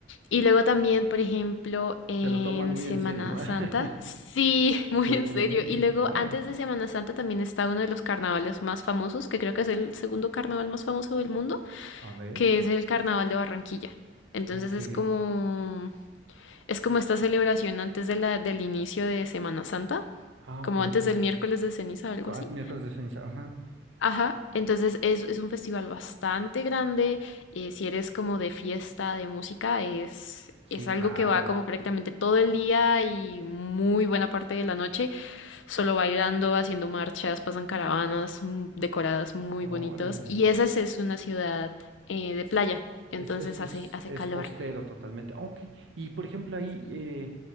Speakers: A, on the left (about 85°); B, on the right (about 80°).
A: Y luego también, por ejemplo, en
B: Se lo toman muy
A: Semana
B: en serio.
A: Santa.
B: <laughs>
A: Sí, <laughs> muy
B: Qué
A: en
B: bueno,
A: serio. Y luego,
B: órale.
A: antes de Semana Santa, también está uno de los carnavales más famosos, que creo que es el segundo carnaval más famoso del mundo,
B: A ver.
A: que es el Carnaval de Barranquilla. Entonces
B: Ok.
A: es como, es como esta celebración antes de la, del inicio de Semana Santa,
B: Ah,
A: como
B: ok,
A: antes
B: ok.
A: del miércoles de ceniza, algo
B: Co-
A: así.
B: ah, miércoles de ceniza, ajá.
A: Ajá, entonces es, es un festival bastante grande. eh, si eres como de fiesta, de música, es,
B: Sí,
A: es
B: claro.
A: algo que va como prácticamente todo el día y muy buena parte de la noche, solo bailando, haciendo marchas, pasan caravanas mm, decoradas muy
B: Órale.
A: bonitas. Y esa sí es una ciudad eh, de playa, entonces
B: Es, es, es,
A: hace, hace
B: es
A: calor.
B: costero totalmente. Ah, Ok. Y por ejemplo, ahí,
A: Sí.
B: eh,